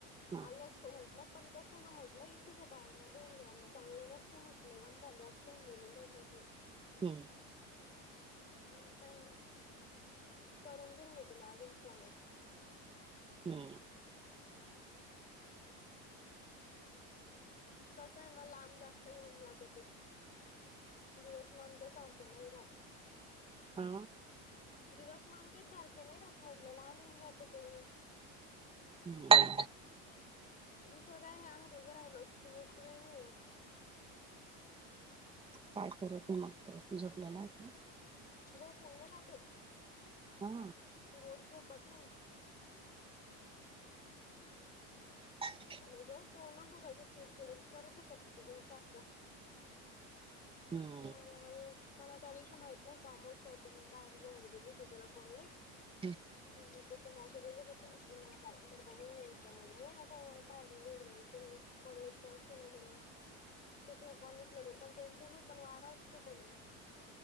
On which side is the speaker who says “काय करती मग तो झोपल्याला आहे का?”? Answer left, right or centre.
Right